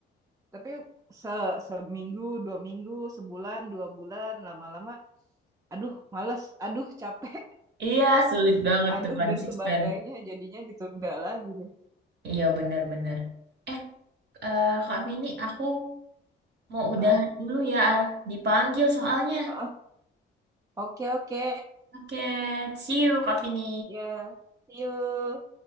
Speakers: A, on the right (about 15°); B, on the right (about 60°).
A: tapi se seminggu dua minggu sebulan dua bulan lama-lama aduh males aduh capek
B: Iya, sulit
A: <laughs>
B: banget
A: aduh
B: tuh konsisten.
A: dan sebagainya jadinya ditunda lagi deh
B: Iya benar-benar. Eh, eh, Kak Vini, aku Mau udahan
A: ah
B: dulu ya, ah. dipanggil soalnya.
A: ah, oke oke
B: Oke, see you Kak Vini.
A: ya see you